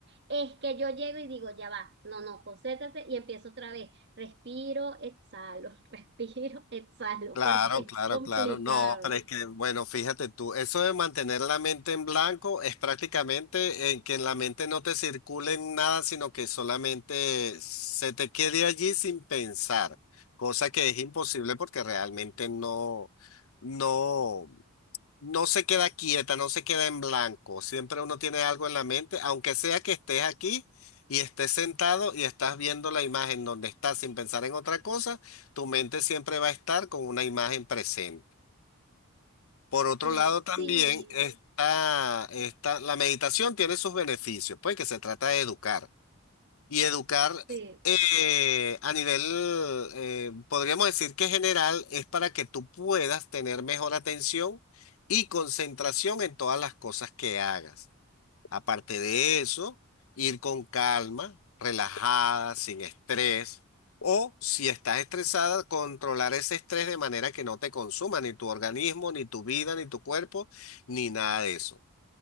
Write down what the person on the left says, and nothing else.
Claro,
claro,
claro. No, pero es que, bueno, fíjate tú, eso de mantener la mente en blanco es prácticamente en que en la mente no te circule nada, sino que solamente se te quede allí sin pensar, cosa que es imposible porque realmente no, no. No se queda quieta, no se queda en blanco. Siempre uno tiene algo en la mente, aunque sea que estés aquí y estés sentado y estás viendo la imagen donde estás sin pensar en otra cosa, tu mente siempre va a estar con una imagen presente. Por otro
lado, también
está, está la meditación tiene sus beneficios, pues que se trata de educar y educar
eh, a nivel, eh, podríamos decir que general, es para que tú puedas tener mejor atención y concentración en todas las cosas que hagas. Aparte de eso, ir con calma, relajada, sin estrés. O si estás estresada, controlar ese estrés de manera que no te consuma ni tu organismo, ni tu vida, ni tu cuerpo, ni nada de eso.